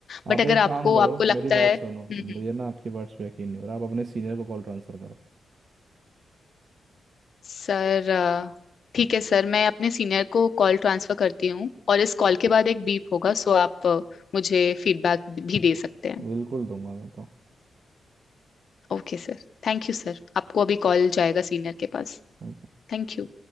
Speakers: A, on the right; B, on the left.
A: आप
B: बट अगर
A: एक
B: आपको
A: काम करो
B: आपको लगता
A: मेरी बात
B: है
A: सुनो
B: हम्म हम्म।
A: मुझे ना आपकी वर्ड्स पे यकीन नहीं हो रहा आप अपने सीनियर को कॉल ट्रांसफर करो
B: सर अ, ठीक है सर मैं अपने सीनियर को कॉल ट्रांसफर करती हूँ और इस कॉल के बाद एक बीप होगा सो आप अ, मुझे फीडबैक भी दे सकते हैं
A: बिल्कुल दूंगा मैं
B: Okay sir Thank you sir आपको अभी कॉल जाएगा सीनियर के पास
A: तो
B: Thank you